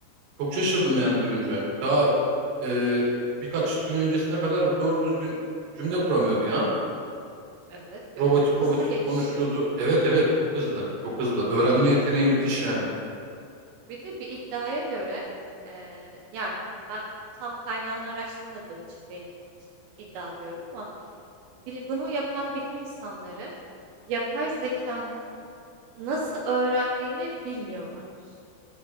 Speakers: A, on the right (about 60°); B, on the right (about 80°).
A: Çok şaşırdım yani duyunca. Daha e, birkaç gün öncesine kadar bu doğru düzgün cümle kuramıyordu ya.
B: Evet
A: Robotik
B: ve çok
A: robotik
B: hızlı gelişiyor.
A: konuşuyordu. Evet evet çok hızlı. Çok hızlı. Öğrenme yeteneği müthiş yani.
B: Bir de bir iddiaya göre eee, yani ben tam kaynağını araştırmadığım için benim için iddia diyorum ama bil- bunu yapan bilim insanları yapay zekanın nasıl öğrendiğini bilmiyorlarmış.